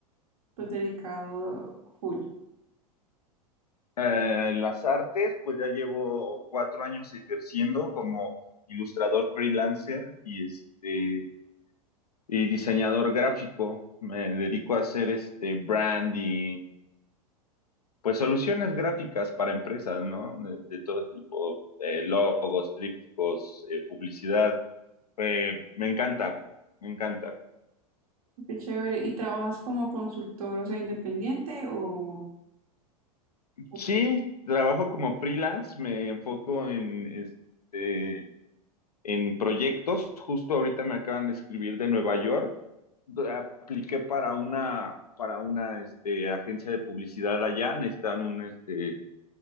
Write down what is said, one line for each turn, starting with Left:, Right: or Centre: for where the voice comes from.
Right: pues dedicado full?
Left: Eh, en las artes, pues ya llevo cuatro años ejerciendo como ilustrador freelancer y este y diseñador gráfico. Me dedico a hacer este branding, pues soluciones gráficas para empresas, ¿no? De, de todo tipo, eh, logos, trípticos, eh, publicidad. Eh, me encanta, me encanta.
Right: Qué chévere. ¿Y trabajas como consultor, o sea, independiente o o
Left: Sí, trabajo como freelance, me enfoco en este en proyectos. Justo ahorita me acaban de escribir de Nueva York. Apliqué para una para una este, agencia de publicidad allá, necesitan un este